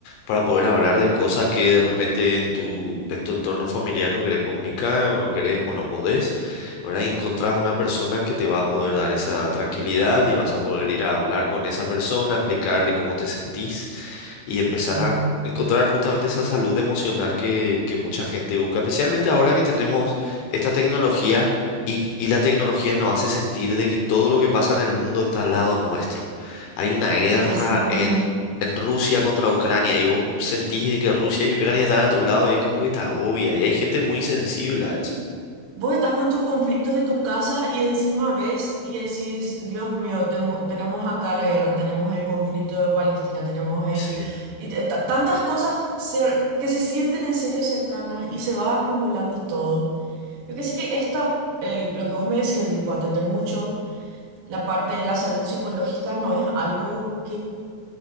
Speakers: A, on the left; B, on the right.
A: para poder hablar de cosas que de repente en tu, en tu entorno familiar no querés comunicar o no querés o no podés, ¿verdad? Y encontrás una persona que te va a poder dar esa tranquilidad y vas a poder ir a hablar con esa persona, explicarle cómo te sentís y empezar
B: Sí,
A: a encontrar justamente esa salud emocional que, que mucha gente busca, especialmente ahora que tenemos esta tecnología y, y la tecnología nos hace sentir de que todo lo que pasa en el mundo está al lado nuestro. Hay una guerra
B: así mismo.
A: en, en Rusia contra Ucrania y vos sentís de que Rusia y Ucrania están a tu lado y es como que te agobia y hay gente muy sensible
B: Sí.
A: a eso.
B: Vos estás con tus conflictos de tu casa y encima ves y decís, Dios mío, tengo, tenemos acá la guerra, tenemos el conflicto de Palestina, tenemos el...
A: sí
B: y t- t- tantas cosas cer- que se sienten en serio cercanas y se va acumulando todo. Yo que sí que esta, el- lo que vos me decís, el tipo atender mucho, la parte de la salud psicológica no es algo